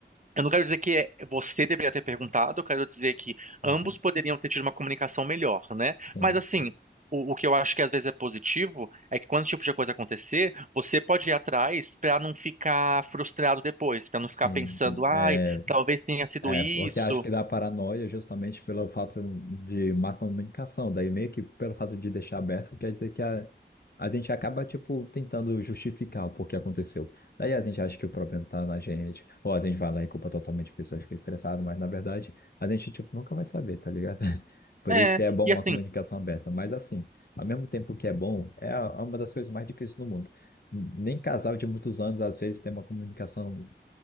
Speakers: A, on the right (about 40°); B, on the left (about 55°).
A: Eu não quero dizer que é- você deveria ter perguntado, eu quero dizer que
B: Uhum.
A: ambos poderiam ter tido uma comunicação melhor, né?
B: Sim,
A: Mas assim,
B: sim.
A: o, o que eu acho que às vezes é positivo é que quando esse tipo de coisa acontecer, você pode ir atrás para não ficar frustrado depois, para não ficar
B: Sim,
A: pensando,
B: sim.
A: ai,
B: É,
A: talvez tenha sido
B: É,
A: isso.
B: porque acho que dá paranoia justamente pelo fato de má comunicação, daí meio que pelo fato de deixar aberto, quer dizer que a, a gente acaba, tipo, tentando justificar o porquê aconteceu. Daí a gente acha que o problema tá na gente, ou a gente vai lá e culpa totalmente a pessoa, fica estressado, mas na verdade a gente, tipo, nunca vai saber, tá ligado? <laughs> Por
A: É,
B: isso que é bom
A: e
B: uma
A: assim,
B: comunicação aberta, mas assim, ao mesmo tempo que é bom, é a- é uma das coisas mais difíceis do mundo. Nem casal de muitos anos, às vezes, tem uma comunicação